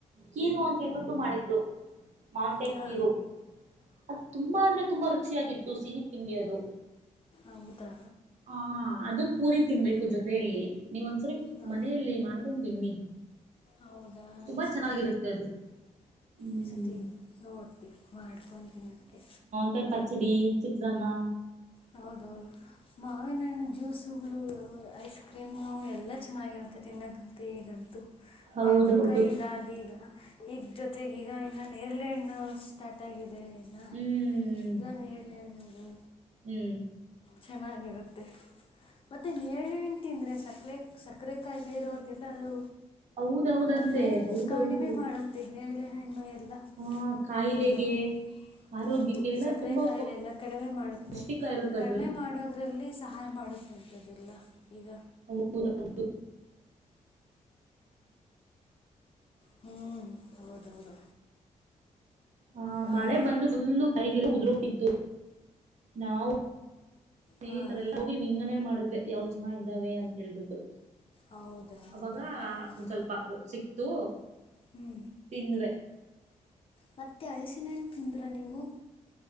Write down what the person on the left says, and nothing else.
ಹಾ
ಹೌದಾ
ಹ್ಮ್
ಹಾ
ಹೌದಾ
ಈ ಸತಿ
ಈ ಸರ್ತಿ ನೋಡ್ತೀವಿ ಮಾಡ್ಕೊಂತೀವಿ ಅದಕ್ಕೆ
ಹೌದೌದು ಮಾವಿನ ಹಣ್ಣು ಜ್ಯೂಸ್ ಇವುಗಳು ಐಸ್ ಕ್ರೀಮ ಎಲ್ಲ ಚೆನ್ನಾಗಿರುತ್ತೆ ತಿನ್ನದಂತ ಈಗಂತೂ
ಮಾವನ ಕೈ ಇದಾಗ ಈಗ ಈಗ ಜೊತೆಗೀಗ ಇನ್ನ ನೆರ್ಲೆಹಣ್ಣು ಸ್ಟಾರ್ಟ ಆಗಿದೆ ಇನ್ನು
ಎಲ್ಲಾನು ಹೇಳಲಿ ಅನ್ನೋದು
ಚೆನ್ನಾಗಿರುತ್ತೆ ಮತ್ತೆ ನೇರಳೆ ತಿಂದರೆ ಸಕ್ಕರೆ ಸಕ್ಕರೆ ಕಾಯಿಲೆ ಇರೋರಿಗೆಲ್ಲ ಅದು
ಆ ಮೆಂಟ್
ಕಡಿಮೆ ಮಾಡುತ್ತೆ ನೇರಳೆ ಹಣ್ಣು ಎಲ್ಲ
ಹೌದೌದು
ಹೌದು
ಸಕ್ಕರೆ
ಕಾಯಿಲೆಲ್ಲ ಕಡಿಮೆ ಮಾಡ
ಮತೆ
ಕಡಿಮೆ
ಮಾಡೋದರಲ್ಲಿ ಸಹಾಯ ಮಾಡುತ್ತಂಥದ್ದಿಲ್ಲ ಈಗ
ಹೂ ಹೌದೌದು
ಹಾಂ
ಹಾಂ
ಹೌದಾ
ಹೌದೌದು ಹ್ಞೂ
ಹ್ಞೂ
ಮತ್ತೆ ಹಳಸಿನ ಹಣ್ಣು ತಿಂದ್ರ ನೀವು